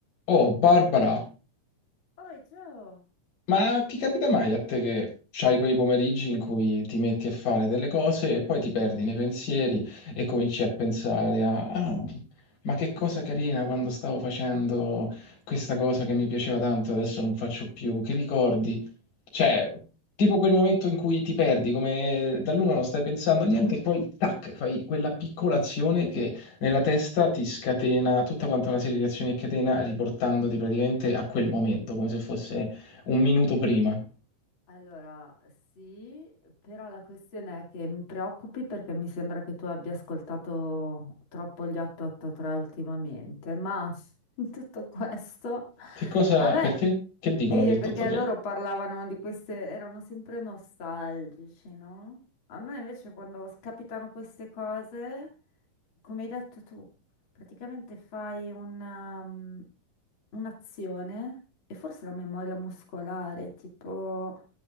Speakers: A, on the left; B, on the left.
A: Oh, Barbara,
B: Oi, ciao!
A: ma ti capita mai a te che c'hai quei pomeriggi in cui ti metti a fare delle cose e poi ti perdi nei pensieri e cominci a pensare a, ah, ma che cosa carina quando stavo facendo questa cosa che mi piaceva tanto, adesso non faccio più, che ricordi? Cioè, tipo quel momento in cui ti perdi, come da nulla non stai pensando a niente e poi tac, fai quella piccola azione che nella testa ti scatena tutta quanta una serie di azioni a catena riportandoti praticamente a quel momento, come se fosse un minuto prima.
B: Allora, sì, però la questione è che mi preoccupi perché mi sembra che tu abbia ascoltato troppo gli 883 ultimamente, ma <laughs> in tutto questo
A: Che cosa,
B: a me
A: perché? Che dicono
B: Eh,
A: gli 883?
B: perché loro parlavano di queste, erano sempre nostalgici, no? A me invece quando s- capitano queste cose, come hai detto tu, praticamente fai una, mm, un'azione e forse la memoria muscolare, tipo,